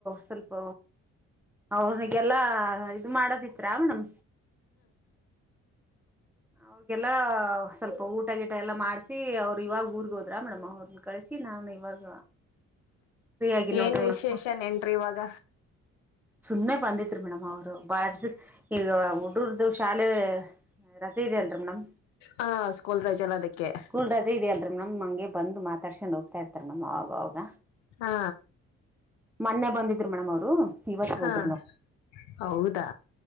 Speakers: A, in the centre; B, on the left (about 70°).
A: ಸ್ವಲ್ಪ ಅವ್ರಿಗೆಲ್ಲಾ ಇ ಇದು ಮಾಡದಿತ್ರಾ ಮೇಡಂ ಅವ್ರಿಗೆಲ್ಲ ಸ್ವಲ್ಪ ಊಟ ಗೀಟ ಎಲ್ಲ ಮಾಡಸಿ ಅವರು ಇವಾಗ ಊರ್ಗ್ ಹೋದ್ರಾ ಮೇಡಮ್ ಅವ್ ಕಳಸಿ ನಾನು ಇವಾಗ ಫ್ರೀಯಾಗಿನ್ ನೋಡ್ರಿ
B: ಏನ್ ವಿಶೇಷ
A: ಮೇಡಂ.
B: ನೆನ್ರಿ ಇವಾಗ
A: ಸುಮ್ಮ್ನೆ ಬಂದಿತ್ರಿ ಮೇಡಮ್ ಅವ್ರು ಬಾಳ ದಿಸ ಈಗ ಉಡ್ಗುರ್ದು ಶಾಲೆ ರಜೆ ಇದೆಯಲ್ರಿ ಮೇಡಮ್
B: ಹ ಸ್ಕೂಲ್ ರೈಜ್ ಎಲ್ಲ ಅದಕ್ಕೆ
A: ಸ್ಕೂಲ್ ರಜೆ ಇದೆಯಲ್ರರಿ ಮೇಡಮ್ ಹಂಗೆ ಬಂದು ಮಾತಾಡ್ಸೊಂಡ್ ಹೋಗ್ತಾ ಇರ್ತ್ ಬರ್ತಾರ್ ಮ್ಯಾಮ್ ಅವಾಗವಾಗ
B: ಹಾ
A: ಮೊನ್ನೆ ಬಂದಿದ್ರು ಮೇಡಮ್ ಅವರು ಇವತ್ತು ಹೋದ್ರ್
B: ಹ ಹೌದಾ